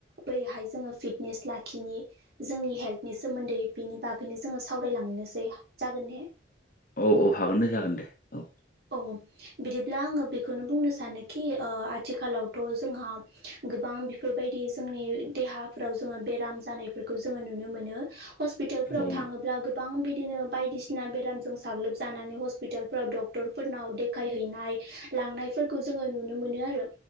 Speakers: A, on the right (about 55°); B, on the left (about 45°).
A: बोरैहाय जोङो फिटनेसन लाखिनि जोंनि हेल्थनि सोमोन्दै बिनि बागैनो जोङो सावरायलांनोसै जागोन दे
B: औ औ हागोन दे जागोन दे औ
A: औ बिदिब्ला आङो बेखौनो बुंनो सानोखि आथिखालावथ' जोंहा गोबां आं बेफोरबायदि जोंनि देहाफ्राव जोङो बेराम जानायफोरखौ जोङो नुनो मोनो हस्पिटालफोराव
B: औ
A: थाङोब्ला गोबां बिदिनो बायदिसिना बेरामजों साग्लोबजानानै हस्पिटालफोराव डक्ट डक्टरफोरनाव देखायहैनाय लांनायफोरखौ जोङो नुनो मोनो आरो।